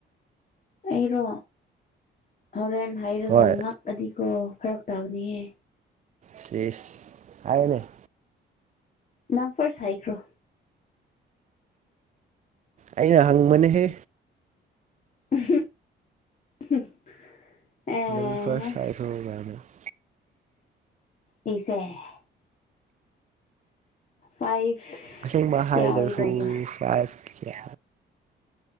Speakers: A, on the left; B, on the right.
A: ꯑꯩꯔꯣ ꯍꯣꯔꯦꯟ ꯍꯩꯔꯒ
B: ꯍꯣꯏ
A: ꯉꯛꯑꯗꯤꯀꯣ ꯐꯔꯛ ꯇꯥꯛꯒꯅꯤꯍꯦ
B: ꯁꯤꯁ ꯍꯥꯏꯌꯨꯅꯦ <inaudible>
A: ꯅꯪ ꯐꯥꯔꯁ ꯍꯥꯏꯈ꯭ꯔꯣ
B: ꯑꯩꯅ ꯍꯪꯕꯅꯦꯍꯦ
A: <unintelligible> <inaudible> ꯑꯦ
B: ꯅꯪ ꯐꯥꯔꯁ ꯇꯥꯏꯐ <unintelligible>
A: ꯑꯩꯁꯦ <unintelligible> ꯐꯥꯏꯚ
B: ꯑꯁꯦꯡꯕ
A: ꯀꯌꯥ
B: ꯍꯥꯏꯗ꯭ꯔꯁꯨ
A: ꯑꯣꯏꯗꯧꯕ꯭ꯔꯥ
B: ꯐꯥꯏꯚ ꯀꯌꯥ